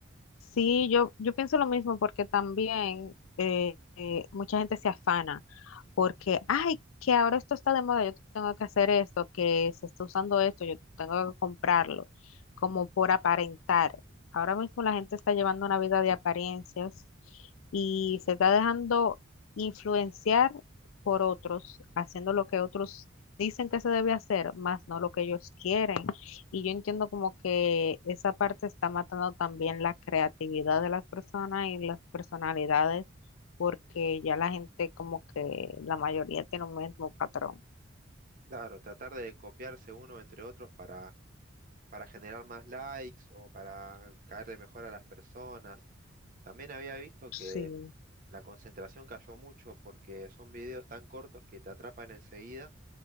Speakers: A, on the left; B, on the right.
A: Sí, yo, yo pienso lo mismo porque también eh, eh, mucha gente se afana porque, ay, que ahora esto está de moda, yo tengo que hacer esto, que se está usando esto, yo tengo que comprarlo, como por aparentar. Ahora mismo la gente está llevando una vida de apariencias y se está dejando influenciar por otros, haciendo lo que otros dicen que se debe hacer, más no lo que ellos quieren. Y yo entiendo como que esa parte está matando también la creatividad de las personas y las personalidades porque ya la gente como que la mayoría tiene un mismo patrón.
B: Claro, tratar de copiarse uno entre otros para, para generar más likes o para caerle mejor a las personas. También había visto
A: Sí.
B: que la concentración cayó mucho porque son videos tan cortos que te atrapan enseguida